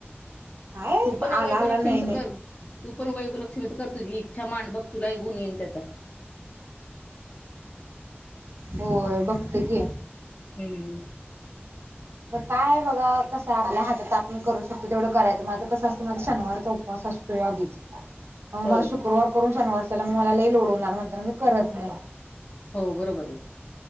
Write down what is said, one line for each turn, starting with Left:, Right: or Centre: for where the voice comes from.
Right: काय
Left: तू पण
Right: आला
Left: वैभवलक्ष्मीच
Right: आला नाही नाही.
Left: कर, तू पण वैभवलक्ष्मीच कर, तुझी इच्छा मांड बघ तुला एक गून येईल त्याचा.
Right: होय बघते की
Left: हम्म
Right: तर काय बघा कस आपल्या हात त आपण करू शकतोय तेवढं करायचं, माझं कसं असत माझा शनिवारचा उपवास असतो. तोय आधीच, त्यामुळे
Left: होय
Right: मला शुक्रवार करून शनिवार त्यामूळे मला लय लोड होणार, म्हणताना मी करत नाही.
Left: हो बरोबर अय